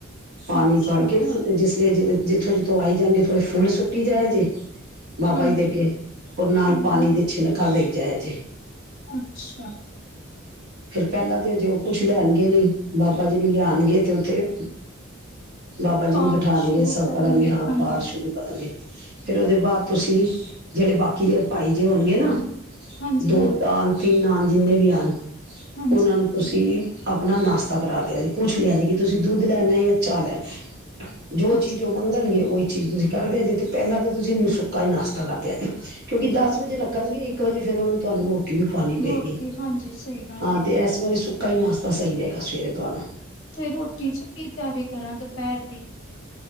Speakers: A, on the right (about 55°); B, on the left (about 70°).
A: ਪਾਣੀ
B: ਅੱਛਾ
A: ਭੜ ਕੇ ਨਾ ਤੇ ਜਿਸ- ਜਿੱਥੋਂ ਜਿੱਥੋਂ ਆਈ ਜਾਣਗੇ ਥੋੜੇ ਫੁੱਲ ਸੁੱਟੀ ਜਾਯਾ ਜੇ- ਬਾਬਾ
B: ਹਾਂਜੀ
A: ਜੀ ਦੇ ਅੱਗੇ ਹੋਰ ਨਾਲ
B: ਹਾਂਜੀ
A: ਪਾਣੀ
B: ਹਾਂਜੀ
A: ਦੀ ਛਿਨਕ ਦੇ ਜੈ ਜੀ
B: ਅੱਛਾ-
A: ਪਹਿਲਾਂ ਤੇ ਜੋ ਕੁਝ ਲੈਣਗੇ ਨਹੀਂ ਬਾਬਾ ਜੀ ਨੂੰ ਲਿਆਣਗੇ- ਤੇ ਉੱਥੇ- ਬਾਬਾ ਜੀ
B: ਪਾਠ
A: ਨੂੰ ਬਿਠਾਉਣਗੇ
B: ਸ਼ੁਰੂ
A: ਸਭ
B: ਕਰਨਗੇ
A: ਕਰਣਗੇ ਹਾਂ
B: ਹਾਂਜੀ
A: ਪਾਠ ਸ਼ੁਰੂ ਕਰਣਗੇ- ਫੇਿਰ ਉਹਦੇ ਬਾਅਦ ਤੁਸੀਂ ਜਿਹੜੇ ਬਾਕੀ ਜਿਹੜੇ ਭਾਈ ਜੇ ਹੋਣਗੇ ਨਾ-
B: ਹਾਂਜੀ
A: ਦੋ
B: ਹਾਂ
A: ਤਾਨ ਤਿੰਨ ਆਣ- ਜਿੰਨੇ ਵੀ ਆਣ-
B: ਹਾਂਜੀ
A: ਉਹਨਾਂ ਨੂੰ ਤੁਸੀਂ ਆਪਣਾ ਨਾਸ਼ਤਾ ਕਰਾ ਦਿਆ ਜੀ ਪੁੱਛ ਲਿਆ ਜੀ ਕਿ ਤੁਸੀਂ ਦੁੱਧ ਲੈਣਾ ਜਾਂ ਚਾਅ ਲੈਣਾ ਜੋ
B: ਅੱਛਾ
A: ਚੀਜ਼
B: ਅੱਛਾ
A: ਉਹ ਮੰਗਣਗੇ ਉਹੀ ਚੀਜ਼ ਨੂੰ ਚਦੇ ਆ ਜੀ ਤੇ ਪਹਿਲਾਂ ਤਾਂ ਤੁਸੀਂਨੂੰ ਸੁੱਕਾ ਹੀ ਨਾਸ਼ਤਾ ਕਰਦੇ ਆ ਜੀ ਕਿਉਂਕਿ ਦਸ ਵਜੇ ਰੱਖਣਗੇ ਇੱਕ ਵਜੇ ਫਿਰ ਉਹਨਾਂ ਨੂੰ ਤੁਹਾਨ ਵੀ ਖਵਾਣੀ ਪਏਗੀ
B: ਰੋਟੀ ਹਾਂਜੀ ਸਹੀ ਗੱਲ
A: ਹਾਂ
B: ਹੈ
A: ਤੇ ਇਸ ਵਾਰੇ ਸੁ ਕਈ ਨਾਸ਼ਤਾ ਸਹੀ ਰਹੇਗਾ ਸਵੇਰੇ ਤੋਂ ਆ ਨਾ
B: ਤੇ ਰੋਟੀ ਚ ਕੀ ਤਿਆਰੀ ਕਰਾਂ ਦੁਪਹਿਰ <unintelligible>